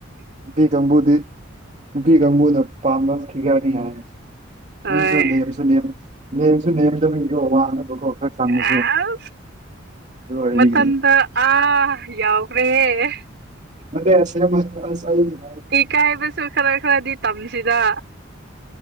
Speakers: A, on the right; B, on the right.
A: ꯕꯤꯒꯝꯕꯨꯨꯗꯤ ꯕꯤꯒꯝꯕꯨꯨꯗ ꯄꯥꯝꯕ ꯊꯒꯅꯤ ꯍꯥꯏ
B: ꯍꯣꯏ
A: ꯃꯤꯁꯨ ꯅꯦꯝꯁꯨ ꯅꯦꯝ ꯅꯦꯝꯁꯨ ꯅꯦꯝꯗꯕꯀꯣ ꯋꯥꯅꯕꯀꯣ ꯈꯔ ꯆꯪꯕꯁꯨ
B: ꯑꯁ
A: ꯑꯗꯨ ꯑꯣꯏꯕꯒꯤ
B: ꯃꯊꯟꯇ ꯑꯥ ꯌꯥꯎꯒ꯭ꯔꯦꯍꯦ
A: ꯃꯁ
B: ꯏꯀꯥꯏꯕꯁꯨ ꯈꯔ ꯈꯔꯗꯤ ꯇꯝꯁꯤꯔ